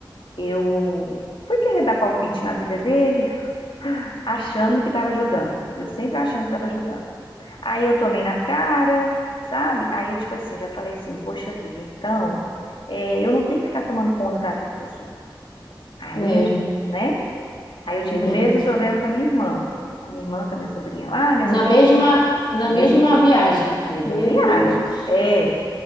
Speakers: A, on the left; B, on the left.
A: Eu fui querer dar palpite na vida dele, achando que estava ajudando. Eu sempre achando que estava ajudando. Aí eu tomei na cara, sabe? Aí eu, tipo assim, já falei assim, poxa vida, então, é, eu não tenho que ficar tomando conta da vida dos outros. Aí
B: É,
A: eu tive, né? Aí eu tive
B: é verdade.
A: o mesmo problema com a minha irmã. A minha irmã com a minha sobrinha lá, minha
B: Na
A: sobrinha,
B: mesma, na
A: mesmo,
B: mesma viagem.
A: mesma
B: Meu
A: viagem.
B: Deus.
A: É,